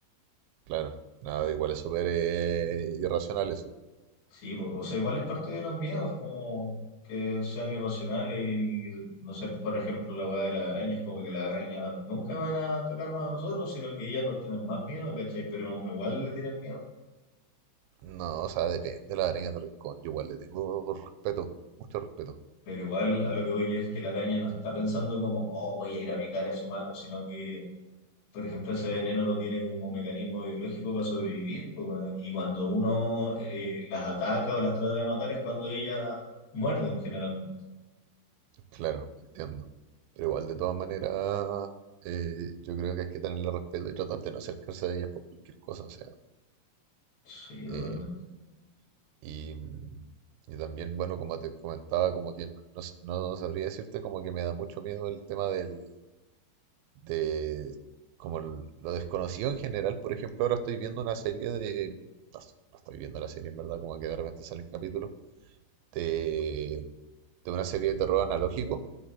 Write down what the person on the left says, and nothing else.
Sí, po, o sea, igual es parte de los miedos, como que sean irracionales y, no sé, por ejemplo, la weá de las arañas, como que las arañas nunca van a atacarnos a nosotros, sino que ellas nos tienen más miedo, ¿cachai? Pero a uno igual le tienen miedo.
Pero igual a lo que voy yo es que la araña no está pensando como, oh, voy a ir a picar a su mano, sino que Por ejemplo, ese veneno lo tiene como un mecanismo biológico para sobrevivir, pues, bueno, y cuando uno eh, las ataca o las trata de matar es cuando ellas muerden generalmente.
Sí, totalmente.